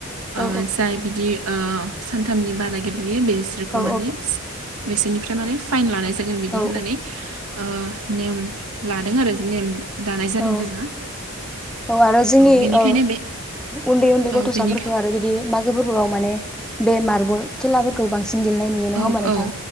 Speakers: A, in the centre; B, on the right.
A: औ
B: ओ जाय बिदि ओ सानथामनि बारा गेलेयो बेसोरखौ
A: औ
B: माने बेसिनिफ्राय माने फाइन लानाय जागोन बिदि
A: औ
B: होननानै आ नेम लादों आरो नेम दानाय जादों
A: औ
B: जोंहा
A: औ आरो जोंनि
B: बेनिखायनो
A: औ
B: बे
A: उन्दै उन्दै
B: औ
A: गथ'साफोरखौ
B: बेनि
A: आरो बिदि मागो फोरबोयाव माने बे मार्बल खेलाफोरखौ बांसिन गेलेनाय नुयो नङा
B: औ
A: होमबा नोंथां
B: औ